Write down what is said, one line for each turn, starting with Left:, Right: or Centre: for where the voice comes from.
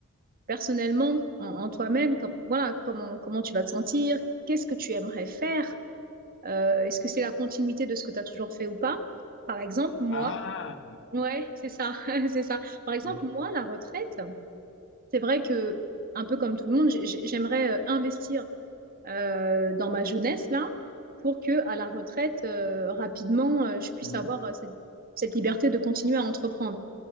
Right: personnellement, en, en toi-même, comme, voilà, comment, comment tu vas te sentir, qu'est-ce que tu aimerais faire, euh, est-ce que c'est la continuité de ce que tu as toujours fait ou pas? Par exemple, moi,
Left: Ah!
Right: ouais, c'est ça, <laughs> c'est ça. Par exemple,
Left: Mhm.
Right: moi, la retraite... C'est vrai que, un peu comme tout le monde, j'aimerais euh, investir euh, dans ma jeunesse là pour que, à la retraite, euh, rapidement, euh, je puisse
Left: Mhm.
Right: avoir euh, cette, cette liberté de continuer à entreprendre.